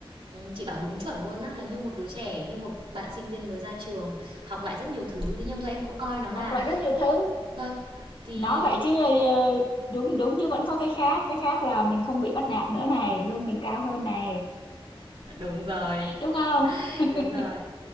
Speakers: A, on the right; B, on the left.
A: chị bảo đúng chuẩn luôn á là như một đứa trẻ như một bạn sinh viên mới ra trường học lại rất nhiều thứ thế nhưng thôi em cũng coi nó là
B: học lại rất nhiều thứ
A: vâng thì
B: nói vậy chứ ờ, đúng đúng chứ vẫn có cái khác cái khác là mình không bị bắt nạt nữa này lương mình cao hơn này
A: đúng rồi
B: đúng không <laughs>
A: đúng rồi